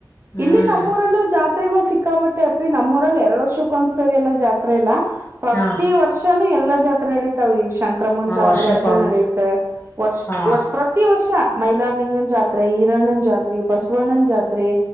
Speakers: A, on the left; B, on the right.
A: ಹ್ಮ್
B: ಇಲ್ಲಿ ನಮ್ಮೂರಲ್ಲೂ ಜಾತ್ರೆಗಳು ಸಿಕ್ಕಾ ಬಟ್ಟೆ ಅಪ್ಪಿ ನಮ್ಮೂರಲ್ಲಿ ಎರಡು ಎರಡು ವರ್ಷಕ್ಕೆ ಒಂದ್ ಸರಿ ಎಲ್ಲಾ ಜಾತ್ರೆ ಇಲ್ಲ ಪ್ರತಿ
A: ಹಾ
B: ವರ್ಷನು ಎಲ್ಲಾ ಜಾತ್ರೆ ನಡಿತಾವು ಈ ಶಂಕ್ರಮ್ಮನ್
A: ಹ
B: ಜಾತ್ರೆ
A: ವರ್ಷಕ್ಕೊಮ್ಸ
B: ಅಂತಾ ನಡೆಯುತ್ತೆ ವರ್ಷ-
A: ಹಾ
B: ವರ್ಷ ಪ್ರತಿ ವರ್ಷ ಮೈಲಾರಲಿಂಗನ್, ಜಾತ್ರೆ ಈರಣ್ಣನ್ ಜಾತ್ರೆ, ಬಸವಣ್ಣನ ಜಾತ್ರೆ